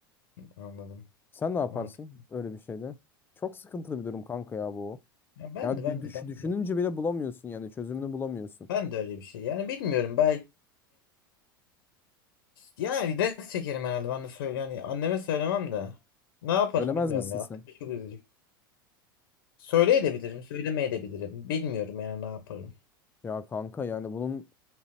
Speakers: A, on the left (about 70°); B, on the left (about 15°).
A: Anladım.
B: Sen ne yaparsın
A: Mantıklı.
B: öyle bir şeyde? Çok sıkıntılı bir durum kanka ya bu.
A: Ya ben
B: Ya dü-
A: de ben
B: düş-
A: de ben
B: düşününce
A: de.
B: bile bulamıyorsun yani çözümünü bulamıyorsun.
A: Ben de öyle bir şey. Yani bilmiyorum belki. Yani rest çekerim herhalde. Ben de söyle. Yani anneme söylemem de. Ne yaparım
B: Bölemez
A: bilmiyorum
B: misin
A: ya.
B: sen?
A: Çok üzücü. Söyleyebilirim, söylemeyebilirim. Bilmiyorum yani ne yaparım.
B: Ya kanka yani bunun